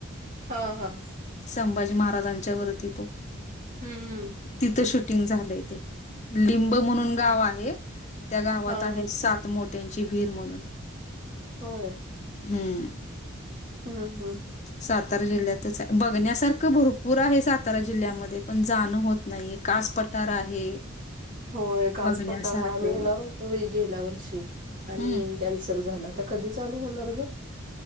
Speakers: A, on the right; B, on the left.
A: हां हां.
B: संभाजी महाराजांच्या वरती तो
A: हम्म.
B: तिथं शूटिंग झालंय ते लिंब म्हणून गाव आहे. त्या गावात
A: हा
B: आहे
A: हा
B: सात मोट्यांची वहीर म्हणून
A: होय.
B: हम्म.
A: हां हां.
B: सातारा जिल्ह्यात. बघण्यासारखं भरपूर आहे सातारा जिल्ह्यामध्ये पण जाणं होत नाहीये, कास पठार आहे.
A: होय कास
B: बघण्यासारखं.
A: पठार आहे आम्ही येणार होतो बाई गेल्या वर्षी आणि
B: हं.
A: कॅन्सल झालं आता कधी चालू होणार गं?